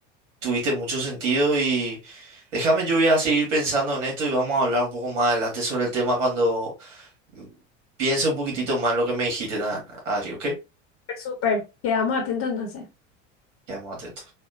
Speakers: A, on the right (about 80°); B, on the left (about 45°).
A: tuviste mucho sentido y déjame, yo voy a seguir pensando en esto y vamos a hablar un poco más adelante sobre el tema cuando mm, piense un poquitito más lo que me dijiste, Dan- Adri, ¿ok?
B: Súper, súper. Quedamos atentos entonces.
A: Quedamos atentos.